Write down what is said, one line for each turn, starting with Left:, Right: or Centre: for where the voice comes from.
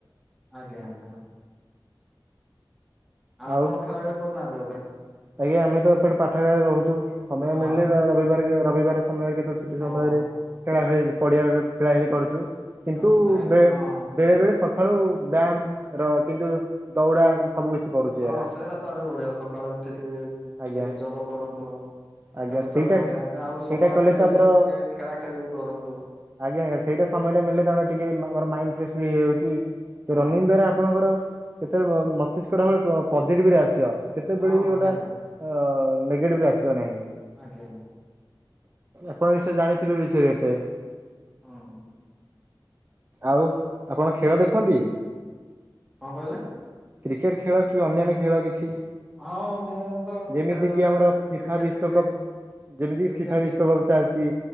Centre: ଆଜ୍ଞା ଆଜ୍ଞା। ଆଉ
Right: ଆଉ
Centre: ଆପଣ ଖେଳା ଖେଳି କରୁନାହାନ୍ତି ବୋଧେ।
Right: ଆଜ୍ଞା ଆମେ ତ ଏପଟେ ପାଠ ଗାରା ରହୁଚୁ ସମୟ
Centre: ହଁ
Right: ମିଳିଲେ ରବିବାର ରବିବାର ସମୟ କେତେ ଛୁଟି
Centre: ହଁ
Right: ସମୟରେ
Centre: ହଁ
Right: ଖେଳା ଖେଳି ପଡିଆରେ ଖେଳା ଖେଳି କରୁଚୁ। କିନ୍ତୁ
Centre: ହଁ ନାଇଁ
Right: ବେ
Centre: ହଁ
Right: ବେଳେ ବେଳେ ସକା ସକାଳୁ ବ୍ୟାୟାମ ର କିନ୍ତୁ ଦୌଡା ସବୁ କିଛି କରୁଛି
Centre: ହଁ
Right: ଏରା
Centre: ସେଇଟା ତ ଆହୁରି ବଢିଆ ସକାଳୁ ଉଠିକି ଟିକେ
Right: ଆଜ୍ଞା
Centre: ଯୋଗ କରନ୍ତୁ।
Right: ଆଜ୍ଞା
Centre: ସେଟା
Right: ସେଇଟା
Centre: ତ ଆହୁରି ବଢିଆ ଆଉ
Right: ସେଇଟା
Centre: ସମୟ
Right: କଲେ
Centre: ମିଳିଲେ
Right: ତ ଆମର
Centre: ଟିକେ ଖେଳା ଖେଳି ବି କରନ୍ତୁ।
Right: ଆଜ୍ଞା ଆଜ୍ଞା ସେଟା ସମୟଟା ମିଳିଲେ ତମେ ଟିକେ ଆମର ମାଇଣ୍ଡ ଫ୍ରେସ ବି ହେଇଯାଉଛି
Centre: ହଁ
Right: ରନିଂ ଦ୍ଵାରା ଆପଣଙ୍କର କେତେବେଳେ ମସ୍ତିଷ୍କ <inaudible> ପଜିଟିଭ ରେ ଆସିବ କେତେବେଳେ
Centre: ହଁ
Right: ବି ଗୋଟା
Centre: ନିହାତି।
Right: ତ ନେଗେଟିଭ ରେ ଆସିବ ନାହିଁ।
Centre: ଆଜ୍ଞା ଆଜ୍ଞା।
Right: ଆପଣ ନିଞ୍ଚୟ ଜାଣିଥିବେ ଏ ବିଷୟରେ କେତେ।
Centre: ହଁ।
Right: ଆଉ ଆପଣ ଖେଳ ଦେଖନ୍ତି?
Centre: କଣ କହିଲେ?
Right: କ୍ରିକେଟ ଖେଳ କି ଅନ୍ୟାନ୍ୟ ଖେଳ କିଛି।
Centre: ହଁ ମୁଁ ତ
Right: ଯେମିତିକି
Centre: ଖେଳେ ବେଳେ
Right: ଆମର ଫିଫା
Centre: କ୍ରିକେଟ
Right: ବିଶ୍ଵକପ
Centre: ଟିକେ
Right: ଯେମିତିକି
Centre: କ୍ରିକେଟ
Right: ଫିଫା ବିଶ୍ଵକପ୍ ଚାଲିଚି।